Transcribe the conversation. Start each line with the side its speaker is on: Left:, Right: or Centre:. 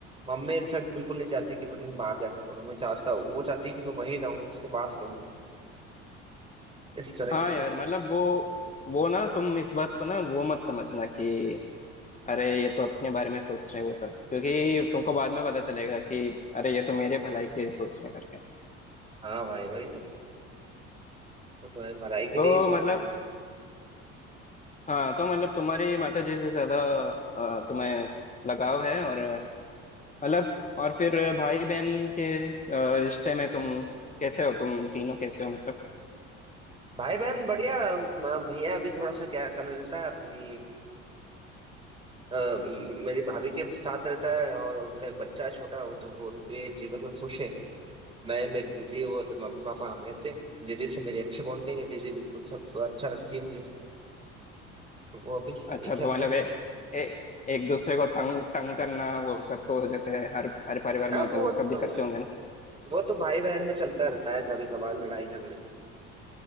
Right: मम्मी इनफैक्ट बिल्कुल नहीं चाहती कि मैं कहीं बाहर जाकर पढूं मैं चाहता हूँ वो चाहती है कि मैं वहीं रहूं उसके पास रहूं इस तरह
Left: हाँ
Right: की चीजें
Left: यार मतलब वो वो ना तुम इस बात को ना वो मत समझना कि अरे ये तो अपने बारे में सोच रहे हैं वो सब क्योंकि तुमको बाद में पता चलेगा कि अरे ये तो मेरे भलाई के सोच रहे हैं करके
Right: हाँ भाई भाई तो वो तो है भलाई के
Left: तो
Right: लिए ही सोचते
Left: मतलब
Right: हैं
Left: हाँ तो मतलब तुम्हारी माता जी से ज्यादा अ, तुम्हें लगाव है और मतलब और फिर भाई बहन के अ, रिश्ते में तुम कैसे हो तुम तीनों कैसे हो मतलब
Right: भाई बहन बढ़िया म, भैया अभी थोड़ा सा क्या कर लेता है अपनी अ, म- मेरी भाभी के साथ रहता है और उनका एक बच्चा है छोटा वो तो वो उनके जीवन में खुश है मैं मेरी दीदी और मम्मी पापा हम रहते हैं दीदी से मेरी अच्छी बॉन्डिंग है दीदी बिल्कुल सब अच्छा रखती है मुझे तो वो अभी यही
Left: अच्छा तो
Right: चल
Left: मतलब
Right: रहे
Left: ए,
Right: हैं
Left: ए, एक दूसरे को तंग तंग करना वो सब तो जैसे हर हर परिवार
Right: हाँ
Left: में होता
Right: वो
Left: है वो सब
Right: तो
Left: भी करते होंगे ना
Right: वो तो भाई बहन में चलता रहता है कभी कभार लड़ाई झगड़े